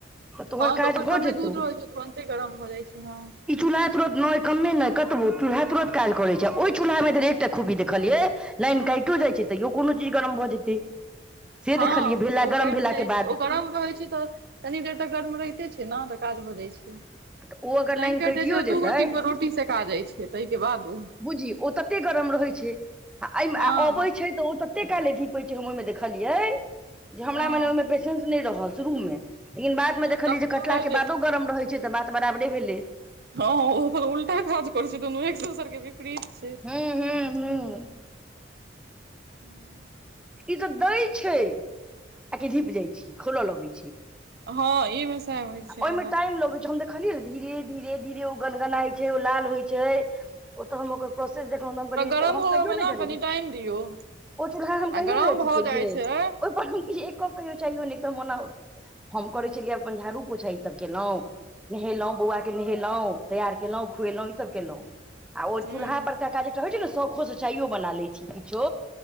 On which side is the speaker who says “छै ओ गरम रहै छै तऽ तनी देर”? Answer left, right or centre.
Right